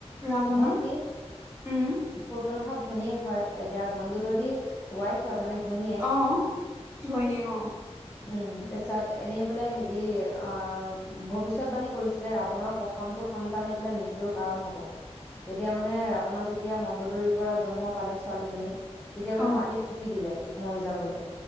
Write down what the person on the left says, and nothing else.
ভণ্টি
কোন ভনীয়েক হয় এতিয়া মডু দৰি ৱাইফ হয় মানে ঘনীয়েক
উম তাৰিছত এনেই বোলে হেৰি আহ ভৱিষ্যতবাণী কৰিছিলে ৰাৱণৰ প্ৰথমটো সন্তানেই বোলে মৃত্যু হব কাৰণ হব তেতিয়া মানে ৰাৱণৰ যেতিয়া মডু দৰি পৰা জন্ম পালে ছোৱালীজনী তেতিয়া বোলে
মাটিত পুতি দিলে মৰি যাবলৈ